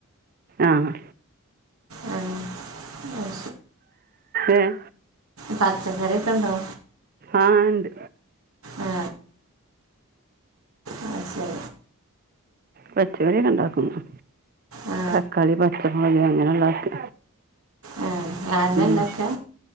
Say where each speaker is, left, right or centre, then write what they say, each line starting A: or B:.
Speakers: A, on the right (about 40°); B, on the right (about 70°).
A: ആഹ്
B: ആ അത്
A: ഏഹ്
B: പച്ചക്കറിക്കെ ഉണ്ടോ
A: ആഹ് ഉണ്ട്
B: ആ ഓക്കെ
A: പച്ചമറിയൊക്കെ ഉണ്ടാക്കുന്നു
B: ആ
A: തക്കാളി പച്ചമുളകി അങ്ങനെ ഉള്ളക്ക്
B: ആ നിങ്ങൾ തന്നെ
A: ഉം
B: ഉണ്ടാക്കുക